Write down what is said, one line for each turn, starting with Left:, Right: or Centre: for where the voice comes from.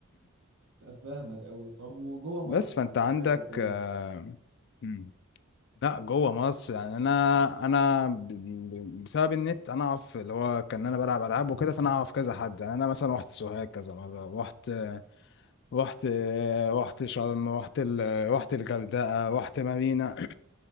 Right: فاهمك قوي طب وجوه مصر
Left: بس فانت
Right: سافرت
Left: عندك
Right: فين
Left: آه، مم. لا جوه مصر يعني انا انا ب- ب- بسبب النت انا اعرف اللي هو كان انا بلعب العاب وكده فانا اعرف كذا حد يعني انا مثلا رحت سوهاج كذا مره رحت رحت رحت شرم رحت ال... رحت الغردقه رحت مارينا